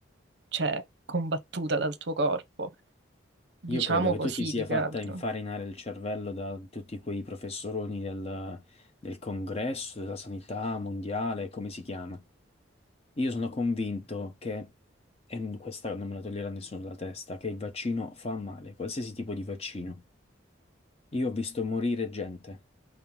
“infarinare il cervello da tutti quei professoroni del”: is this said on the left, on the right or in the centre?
Left